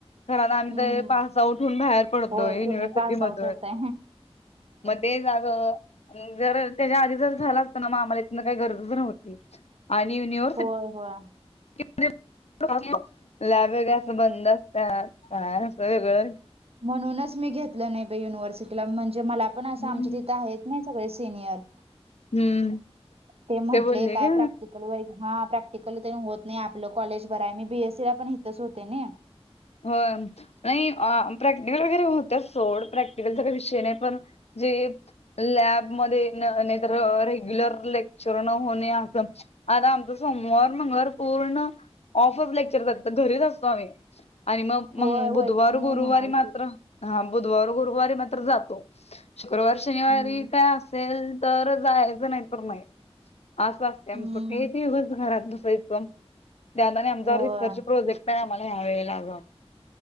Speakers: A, on the left; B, on the right.
A: घराला आम्ही
B: हम्म
A: तर
B: हम्म.
A: पास आउट होऊन बाहेर पडतोय,
B: होय
A: युनिव्हर्सिटी
B: तुम्ही पास आउट
A: मधून.
B: होताय
A: मध्ये
B: होय
A: जाग- जर त्याच्या आधी जर झाला असत ना, मग आम्हाला इथन काही गरजच नव्हती आणि युनिव्हर्स-
B: होय, होय, आहे.
A: <inaudible> लॅब वैगेरे असं बंद असत्यात काय असं वेगळं <unintelligible>
B: म्हणूनच मी घेतलं नाही बाई युनिव्हर्सिटीला, म्हणजे मला- पण अशा
A: हम्म.
B: आमच्या तिथं आहेत नाही सगळे सिनियर-
A: हम्म.
B: ते म्हटले,
A: बोलले
B: काय
A: का
B: प्रॅक्टिकल वहीत हा प्रॅक- टिकलं तेन होत नाही आपलं कॉलेज बरंय मी बी एस सी ला पण हितच होते नाही.
A: हो, नाही प्रॅक्टिकल वगैरे होत्यात सोड, प्रॅक्टिकलचा काही विषय नाही पण- जे <unintelligible> लॅबमध्ये न नाहीतर, रेग्युलर लेक्चर न होणे असं- आता आमचा सोमवार, मंगळवार पूर्ण ऑफच लेक्चर जातात घरीच असतो आम्ही. आणि मग
B: होय
A: मंग बुधवार,
B: वैष्णवी
A: गुरुवारी
B: म्हणालती
A: मात्र- हा, बुधवार, गुरुवारी मात्र जातो, शुक्रवार, शनिवारी
B: हम्म
A: काय अस- सेल तर जायचं नाही- नाही <unintelligible>
B: हम्म.
A: किती दिवस घरात बसायचं. त्यावेळी आणि <unintelligible> आमचा
B: होय
A: रिसर्च प्रोजेक्ट आहे, आम्हाला ह्यावेेळेला अगं.